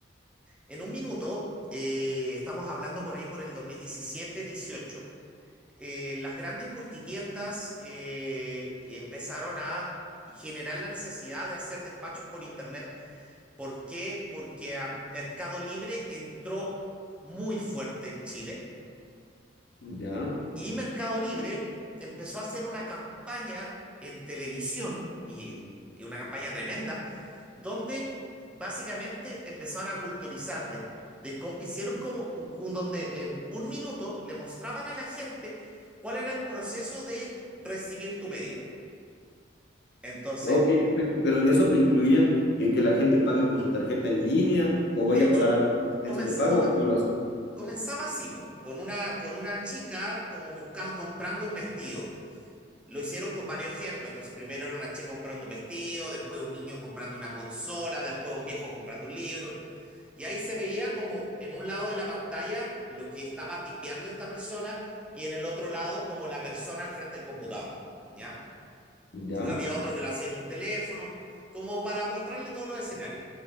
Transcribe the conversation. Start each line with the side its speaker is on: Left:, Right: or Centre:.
Centre: En un minuto, eh, estamos hablando por ahí por el 2017-18, eh, las grandes multitiendas eh, empezaron a generar la necesidad de hacer despachos por internet. ¿Por qué? Porque a Mercado Libre entró muy fuerte en Chile.
Left: ya.
Centre: Y Mercado Libre empezó a hacer una campaña en televisión, y, y una campaña tremenda, donde básicamente empezaron a culturizar Desco. De cómo- hicieron como un, un- donde en un minuto le mostraban a la gente cuál era el proceso de recibir tu pedido. Entonces,
Left: Ok, perfecto. Pero en eso te incluían eh, que la gente pague con su tarjeta en línea o
Centre: de
Left: vaya
Centre: hecho,
Left: a pagar a unas agencias
Centre: comenz-
Left: de pago,
Centre: come-
Left: ¿cómo lo hacen?
Centre: comenzaba así, po, con una, con una chica como buscando, comprando un vestido. Lo hicieron con varios ejemplos. Entonces, primero era una chica comprando un vestido, después un niño comprando una consola, después un viejo comprando un libro. Y ahí se veía como en un lado de la pantalla lo que estaba tipeando esta persona y en el otro lado como la persona al frente del computador. ¿Ya?
Left: Ya.
Centre: Había otro que lo hacía en un teléfono, como para mostrarle todos los escenarios.